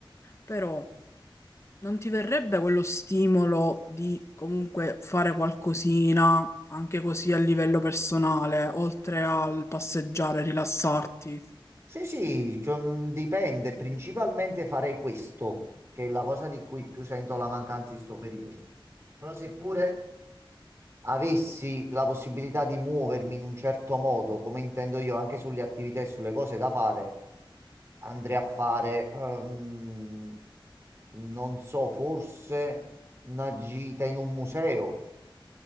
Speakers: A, on the left (about 30°); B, on the right (about 30°).
A: però non ti verrebbe quello stimolo di comunque fare qualcosina anche così a livello personale, oltre al passeggiare, rilassarti?
B: Sì, sì, cioè, mh, dipende. Principalmente farei questo, che è la cosa di cui più sento la mancanza in sto periodo. Però seppure avessi la possibilità di muovermi in un certo modo, come intendo io, anche sulle attività e sulle cose da fare, andrei a fare, ehm, non so, forse una gita in un museo.